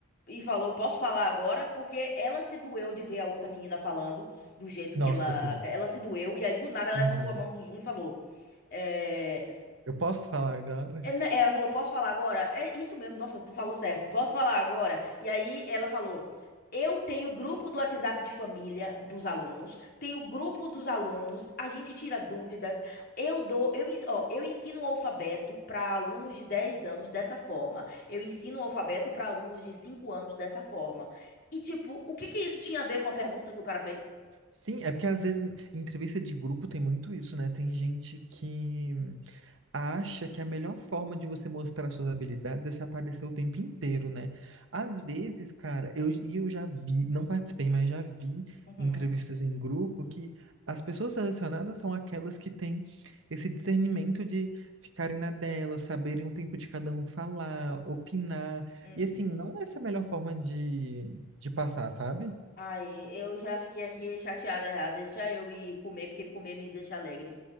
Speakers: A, on the left; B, on the right.
A: e falou: "Posso falar agora?" Porque ela se doeu de ver a outra menina falando do jeito
B: Nossa,
A: que ela,
B: assim.
A: ela se doeu e aí do nada ela
B: aham.
A: levantou a mão do Zoom e falou: eh,
B: Eu posso falar agora?
A: é, né, Ela falou, posso falar agora? É isso mesmo, nossa, tu falou certo. Posso falar agora? E aí ela falou, eu tenho grupo do WhatsApp de família dos alunos, tenho grupo dos alunos, a gente tira dúvidas, eu dou, eu, ens- ó, eu ensino o alfabeto para alunos de 10 anos dessa forma, eu ensino o alfabeto para alunos de 5 anos dessa forma. E tipo, o que que isso tinha a ver com a pergunta que o cara fez?
B: Sim, é porque às vezes em entrevista de grupo tem muito isso, né? Tem gente que acha que a melhor forma de você mostrar suas habilidades é se aparecer o tempo inteiro, né? Às vezes, cara, eu, e eu já vi, não participei, mas já vi
A: Uhum,
B: entrevistas em grupo que as pessoas selecionadas são aquelas que têm esse discernimento de ficarem na dela, saberem o tempo de cada um falar, opinar.
A: uhum.
B: E assim, não é essa a melhor forma de, de passar, sabe?
A: Aí, eu já fiquei aqui chateada já. Deixa eu ir comer, porque comer me deixa alegre.